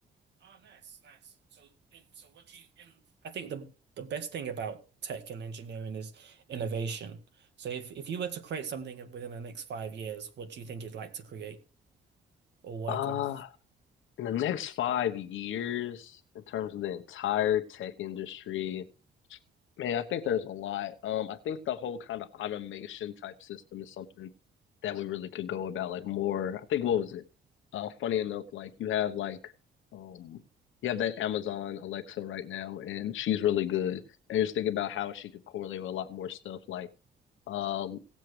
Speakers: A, on the right; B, on the left.
A: Oh, nice, nice. So, and so what do you and I think the the best thing about tech and engineering is innovation. So if if you were to create something within the next five years, what do you think you'd like to create or work
B: Uh,
A: on?
B: in the next five years, in terms of the entire tech industry, Man, I think there's a lot. Um, I think the whole kind of automation type system is something that we really could go about like more. I think what was it? Uh, funny enough, like you have like um you have that Amazon Alexa right now, and she's really good. And just think about how she could correlate with a lot more stuff like um,